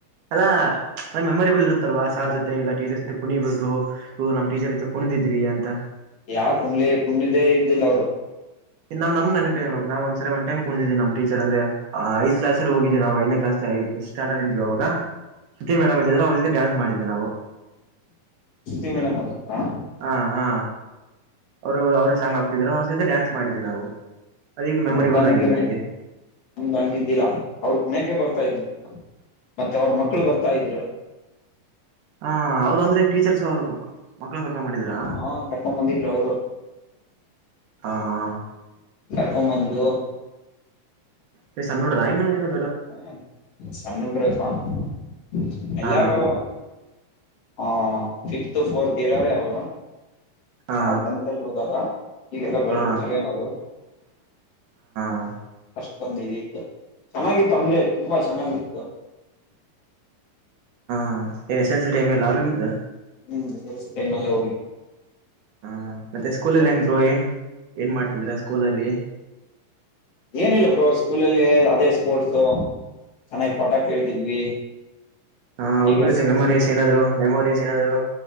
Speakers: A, on the right (about 70°); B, on the left (about 50°).
A: ಅಲ್ಲಾ ಮೆಮೊರೇಬಲ್ ಇರುತ್ತಲ್ವಾ ಸಾರ್ ಜೊತೆ ಇಲ್ಲ ಟೀಚರ್ ಜೊತೆ ಕುಣಿಬೇಕು ನಮ್ ಟೀಚರ್ ಜೊತೆ ಕುಣಿದ್ವಿ ಅಂತ
B: ಯಾರ್ ಕುಣ್ಲಿ ಕುಣ್ದೇ ಇದ್ದಿಲ್ಲ ಅವ್ರು
A: ನಾನ್ ನೇನಪ ನೋಡ್ ನಾ ಒಂದಸರಿ ಒನ್ ಟೈಮ್ ಕುಣ್ದಿದ್ದೀ ನ ಟೀಚರ್ ಅದ್ರೆ ಆ ಐ ಕ್ಲಾಲ್ಲಿ ಹೋಗೀ ನಾವುಐದೇ ಕಾಲ್ಸ್ ್ವಾಗ ಶತರುತಿ ಮೇಡಮ್್ರೆ ಅವ್ರ ಜತೆ ಡನ್ಸ್ ಮಾಡಿದ್ದೆ ನಾವು <unintelligible>
B: ಶ್ರುತಿ ಮೇಡಮ್ ಅವತ್ತಾ
A: ಹಾ ಹಾ ಅವರು ಅವ್ರ ಸಾಂಗ್ ಆಗ್ತಿದ್ರು ಅವ್ರ ಜತೆ ಡ್ಯಾನ್ಸ್ ಮಾಡಿದ್ವಿ ನಾವು ಅದೀಗ
B: ಹ
A: ಮೆಮೊರೇಬಲ್
B: ತಗೆನೆ
A: ಆಗಿದೆ ನಮ್ಗೆ
B: <unintelligible> ನಮ್ದ್ ಹಂಗಿದ್ದಿಲ್ಲ ಅವರು ಕುಣಿಯೋಕೆ ಬರ್ತಾ ಇದ್ರು ಮತ್ತೆ ಅವ್ರ ಮಕ್ಕಳು ಬರ್ತಾ ಇದ್ರು
A: ಹಾ ಅವ್ರು ಅಂದ್ರೆ ಟೀಚರ್ಸ್ ಅವರು ಮಕ್ಳು ಕರ್ಕೊಂಡ್ ಬಂದಿದ್ರ
B: ಹಾ ಕರ್ಕೊಂಡ್ ಬಂದಿದ್ರು ಅವರು
A: ಹಾ ಹಾ
B: ಕರ್ಕೊಂಬಂದು
A: ಹೇ ಸಣ್ಣ್ ಹುಡರ ಇನುಏನು
B: ಹ ಸಣ್ಣಡ್ರೆ ಪಾಪ ಅವ್ರು ಎಲ್ಲಾರು
A: ಹಾ
B: ಹ ಫಿಫತ್ ಫೋರ್ತ್ ಇರಾವ್ರೇ ಅವರು
A: ಹಾ
B: ನಾವ್ ಟೆಂತ್ ಅಲ್ಲಿ ಹೋದಾಗ ಈಗೆಲ್ಲಾ ಬೆಳೆದಾರೆ
A: ಹಾ ಹಾ
B: ಏನ ಅವ್ರು
A: ಹಾ
B: ಅಷ್ಟ ಒಂದು ಇದಿತ್ತು ಚೆನ್ನಾಗಿತ್ತು ಅಂದ್ರೆ ತುಂಬಾ ಚೆನ್ನಾಗಿತ್ತು
A: ಹಾ ಏನ್ S. S. L. C time ಎಲ್ಲ ಆಗಿದ್ದ
B: ಹ್ಮ ಎಸ್. ಎಲ್. ಸಿ ಟೈಮ್ ಅಲ್ಲೇ ಹೋಗಿದು
A: ಹ ಮತ್ತೆ ಸ್ಕೂಲಲ್ಲಿ
B: ಒಂದ್
A: ಏನ್ ಬೋ ಏನ್ ಏನ್ ಮಾಡ್ತಿದ್ರ ಸ್ಕೂಲ ಅಲ್ಲಿ
B: ಏನಿಲ್ಲ ಬ್ರೋ ಸ್ಕೂಲಲ್ಲಿ ಅದೇ ಸ್ಪೋರ್ಟ್ಸ. ಚೆನ್ನಾಗ್ ಪಾಠ ಕೇಳ್ತಿದ್ವಿ.
A: ಹಾ ಉಳಿದಿಯ
B: ಈಗ ಸ್ಕೂಲ್
A: ಮೆಮೋರೀಸ್ ಏನ್ರು ಮೆಮೊರೀಸ್ ಏನಾದರೂ